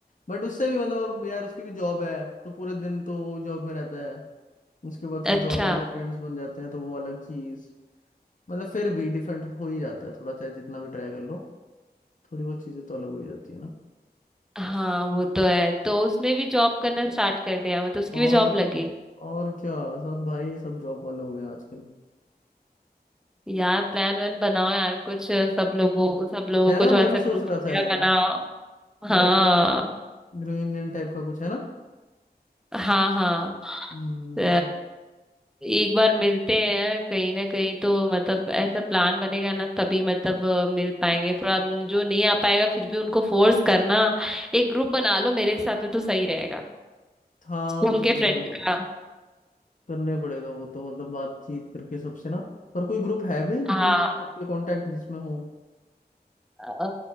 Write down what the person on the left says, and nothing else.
बट उससे भी मतलब यार उसकी भी जॉब है तो पूरे दिन तो वो जॉब में रहता है उसके बाद फिर
जॉब वाले फ्रेंड्स बन जाते हैं तो वो अलग चीज मतलब फिर भी डिफरेंट हो ही जाता है थोड़ा चाहे जितना भी ट्राई कर लो थोड़ी बहुत चीजें तो अलग हो ही जाती है ना
और
क्या और क्या सब भाई सब जॉब वाले हो गए हैं आजकल
है
ना
मैं
भी सोच
रहा
था यार
या तो ग्रीन इंडियन टाइप का कुछ है ना
हम्म
हाँ
वो तो
करने
पड़
करने पड़ेगा वो तो मतलब बातचीत करके सबसे ना पर कोई ग्रुप है भी जो
कोई सबके कांटेक्ट जिसमें हो